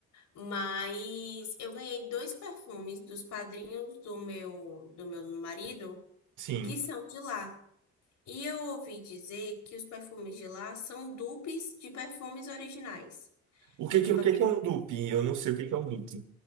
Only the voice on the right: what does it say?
Sim.
O
que
que, o que que é um dupe? Eu não sei o que que é um dupe.